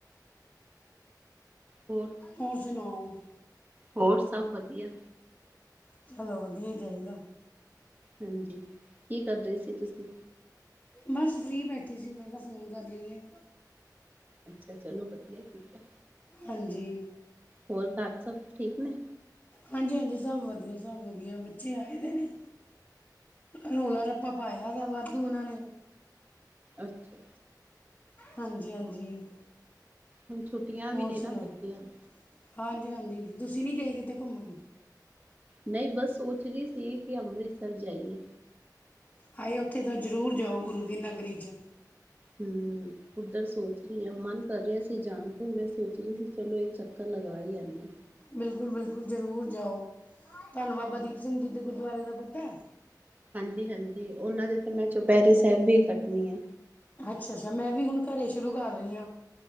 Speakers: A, on the right; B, on the left.
A: ਹੋਰ।
B: ਹੋਰ ਸੁਨਾਊ।
A: ਹੋਰ ਸਭ ਵਧੀਆ।
B: ਚਲੋ ਵਧੀਆ ਹੀ ਚਾਹੀਦੈ
A: ਹਾਂਜੀ ਕੀ ਕਰਦੇ ਸੀ ਤੁਸੀਂ
B: ਬਸ ਫ੍ਰੀ ਬੈਠੀ ਸੀ ਮੈਂ ਕਿਹਾ ਫੋਨ ਕਰ ਲਈਏ।
A: ਅੱਛਾ ਚਲੋ ਵਧੀਆ ਕੀਤਾ।
B: ਹਾਂਜੀ।
A: ਹੋਰ ਘਰ ਸਭ ਠੀਕ ਨੇ?
B: ਹਾਂਜੀ ਹਾਂਜੀ ਸਭ ਵਧੀਆ ਸਭ ਵਧੀਆ ਬੱਚੇ ਆਏ ਦੇ ਨੇ ਰੋਲਾ ਰ ਆਪਾਂ ਪਾਇਆ ਦਾ ਵਾਧੂ ਉਹਨਾਂ ਨੇ
A: ਅੱਛਾ।
B: ਹਾਂਜੀ ਹਾਂਜੀ।
A: ਹੁਣ ਛੁੱਟੀਆਂ
B: ਹੋਰ
A: ਵੀ ਨੇ
B: ਸੁਣਾ
A: ਨਾ ਬੱਚਿਆਂ ਦੀ
B: ਹਾਂਜੀ ਹਾਂਜੀ ਤੁਸੀਂ ਨਹੀਂ ਗਏ ਕਿਤੇ ਘੁੰਮਣ
A: ਨਹੀਂ ਬਸ ਸੋਚ ਰਹੀ ਸੀ ਕਿ ਅੰਮ੍ਰਿਤਸਰ ਜਾਈਏ।
B: ਹਾਏ ਉੱਥੇ ਤਾਂ ਜ਼ਰੂਰ ਜਾਓ ਗੁਰੂ ਦੀ ਨਗਰੀ 'ਚ
A: ਹਮ ਉੱਧਰ ਸੋਚ ਰਹੀ ਹਾਂ ਮਨ ਕਰ ਰਿਹਾ ਸੀ ਜਾਣ ਤੇ ਮੈਂ ਸੋਚ ਰਹੀ ਸੀ ਚਲੋ ਇੱਕ ਚੱਕਰ ਲਗਾ ਹੀ ਆਉਂਦੇ ਆ।
B: ਬਿਲਕੁਲ ਬਿਲਕੁਲ ਜ਼ਰੂਰ ਜਾਓ ਤੁਹਾਨੂੰ ਬਾਬਾ
A: ਆ।
B: ਦੀਪ ਸਿੰਘ ਜੀ ਦੇ ਗੁਰਦੁਆਰੇ ਦਾ ਪਤੈ
A: ਹਾਂਜੀ ਹਾਂਜੀ ਉਹਨਾਂ ਦੇ ਤੇ ਮੈਂ ਚੁਪਹਿਰੇ ਸਾਹਿਬ ਵੀ ਕੱਟਣੀ ਆ।
B: ਅੱਛਾ ਅੱਛਾ ਮੈਂ ਵੀ ਹੁਣ ਘਰੇ ਸ਼ੁਰੂ ਕਰ ਰਹੀ ਹਾਂ।